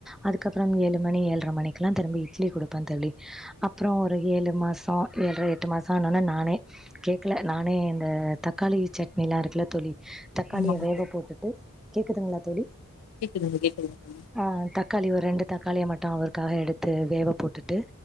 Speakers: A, in the centre; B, on the left (about 85°).
A: அதுக்கப்புறம் ஏழு மணி ஏழரை மணிக்கலாம் திரும்பி இட்லி கொடுப்பேன் தோழி அப்புறம் ஒரு ஏழு மாசம் ஏழரை எட்டு மாசம் ஆனோன்னா நானே கேட்கல நானே இந்த தக்காளி சட்னிலாம் இருக்கல தோழி தக்காளிய
B: ஆமாங்க
A: வேக
B: தோழி
A: போட்டுட்டு கேக்குதுங்களா தோழி
B: கேக்குதுங்க கேக்குதுங்க தோழி
A: ஆ தக்காளி ஒரு ரெண்டு தக்காளியா மட்டும் வட்டம் அவரூக்காக எடுத்து வேவை போட்டுட்டு